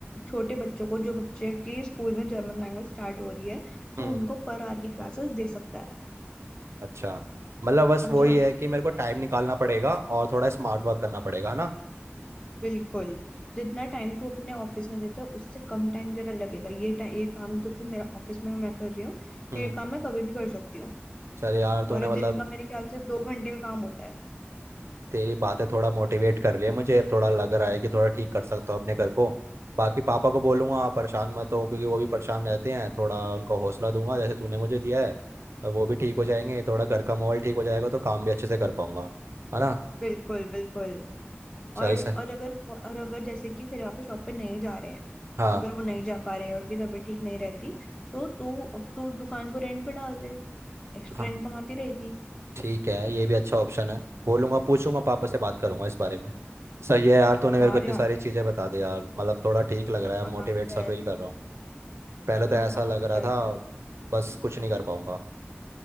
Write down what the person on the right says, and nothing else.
हम्म
अच्छा मतलब बस
वही है कि मेरे को टाइम निकालना पड़ेगा और थोड़ा स्मार्ट वर्क करना पड़ेगा है ना
हम्म,
चल यार
तूने
मतलब
तेरी बातें थोड़ा मोटिवेट कर रही है मुझे अब थोड़ा लग रहा है कि थोड़ा ठीक कर सकता हूँ अपने घर को बाकी पापा को बोलूंगा परेशान मत हो क्योंकि वो भी परेशान रहते हैं थोड़ा उनको हौसला दूंगा जैसे तूने मुझे दिया है और वो भी ठीक हो जाएंगे थोड़ा घर का माहौल ठीक हो जाएगा तो काम भी अच्छे से कर पाऊंगा है ना
चल
सर
हाँ
हाँ
ठीक है ये भी अच्छा ऑप्शन है बोलूंगा पूछूंगा पापा से बात करूंगा इस बारे में सही है यार तूने मेरे
को इतनी
सारी चीज़ें बता दी यार मतलब थोड़ा ठीक लग रहा है
मोटिवेट
सा फील कर रहा हूँ पहले तो ऐसा
लग
रहा
था बस कुछ नहीं कर पाऊंगा